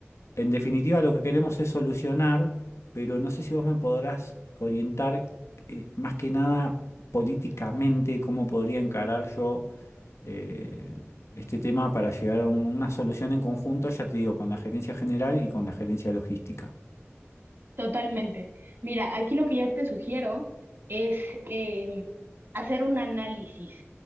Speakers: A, on the left (about 75°); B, on the right (about 55°).
A: En definitiva, lo que queremos es solucionar, pero no sé si vos me podrás orientar eh, más que nada políticamente cómo podría encarar yo eh, este tema para llegar a un- una solución en conjunto, ya te digo, con la gerencia general y con la gerencia logística.
B: Totalmente. Mira, aquí lo que yo te sugiero es em, hacer un análisis